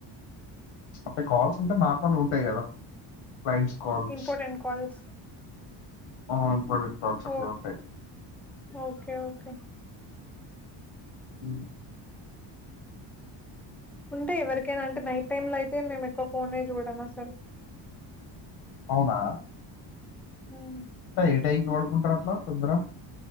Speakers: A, on the left (about 70°); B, in the centre.
A: అప్పుే కాల్స్ ఉంటే నార్మల్ ఉంటాయి కదా ఫలైట్స్ కాల్స్
B: ఇంపార్టెంట్ కాల్స్
A: ఆ ఇప్పుడుక్ల్స్ అట్లు
B: ఓ
A: ఉంటాయి
B: ఓకే ఓకే
A: హ్మ్.
B: ఉంటే ఎవరికైనా అంటే నైట్ టైమ్ లో అయితే మేము ఎక్కువ ఫోన్ చూడమ సార్
A: అవునా
B: మ్మ్.
A: ఏ టాయికి డుకుం ట రాట్లా తందరా